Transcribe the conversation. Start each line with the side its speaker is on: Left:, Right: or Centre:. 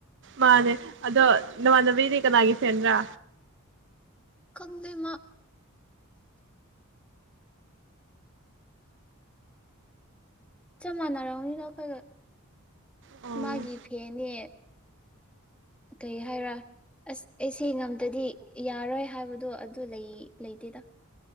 Right: ꯃꯥꯟꯅꯦ ꯑꯗꯣ ꯅꯃꯥꯟꯅꯕꯤꯗꯤ ꯀꯅꯥꯒꯤ ꯐꯦꯟꯔꯥ꯫
Centre: ꯈꯪꯗꯦ ꯃꯥ꯫ ꯆꯞ ꯃꯥꯟꯅꯔꯝꯅꯤꯗ ꯑꯩꯈꯣꯏꯒ
Right: ꯑꯣ
Centre: ꯃꯥꯒꯤ ꯐꯦꯅꯦ ꯑꯇꯩ ꯍꯥꯏꯔꯥ ꯑꯁ ꯑꯩꯁꯦ ꯉꯝꯗꯗꯤ ꯌꯥꯔꯣꯏ ꯍꯥꯏꯕꯗꯣ ꯑꯗꯨ ꯂꯩ ꯂꯩꯇꯦꯗ꯫